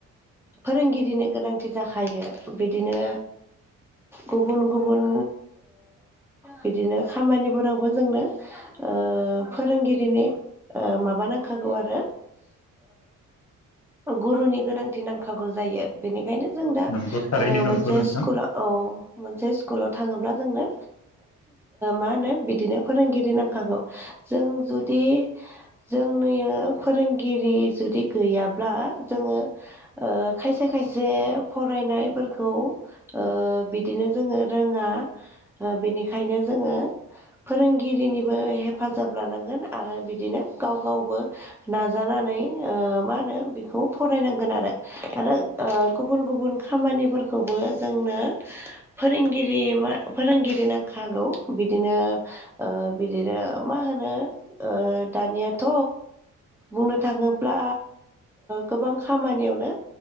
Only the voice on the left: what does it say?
नंगौ थारैनो नंगौ
नोंथां